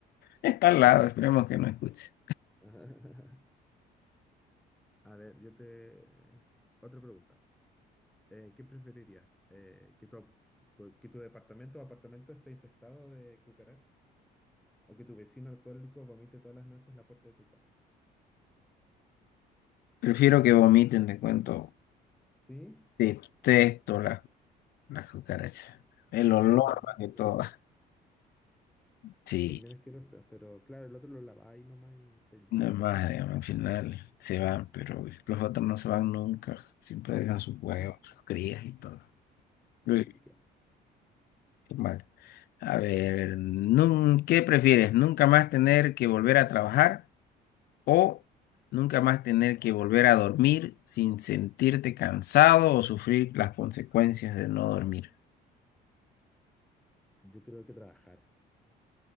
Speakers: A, on the left (about 70°); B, in the centre.
A: Está al lado, esperemos que no escuche.
B: <laughs> A ver, yo te... Otra pregunta. Eh, ¿qué preferirías? Eh, ¿que tu, ap- que tu departamento o apartamento esté infestado de cucarachas? O que tu vecino alcohólico vomite todas las noches en la puerta de tu casa.
A: Prefiero que vomiten, te cuento.
B: Sí,
A: Detesto las, las cucarachas. El olor
B: sí, son bien
A: más que
B: asquerosas.
A: todo. Sí,
B: Son bien asquerosas, pero claro, el otro lo laváis nomás y estoy listo.
A: no es más, digamos, al final se van, pero los otros no se van nunca. Siempre dejan sus
B: <laughs>
A: huevos, sus crías y todo.
B: Hoy
A: Uy,
B: sí que
A: qué mal. A ver, nun- ¿qué prefieres? ¿Nunca más tener que volver a trabajar? o nunca más tener que volver a dormir sin sentirte cansado o sufrir las consecuencias de no dormir.
B: Yo creo que trabajar.